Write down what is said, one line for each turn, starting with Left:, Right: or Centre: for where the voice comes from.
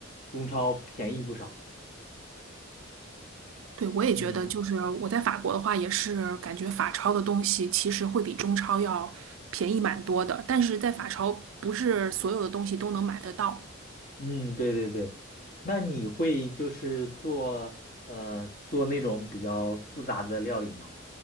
Left: 中超便宜不少。
Right: 对，我也觉得，
Left: 嗯。
Right: 就是我在法国的话，也是感觉法超的东西其实会比中超要便宜蛮多的，但是在法超不是所有的东西都能买得到。
Left: 嗯，对对对，那你会就是做呃做那种比较复杂的料理吗？